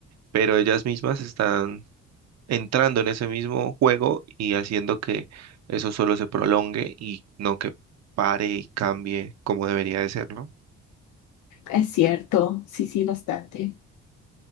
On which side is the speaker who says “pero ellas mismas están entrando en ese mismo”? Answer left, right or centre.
Right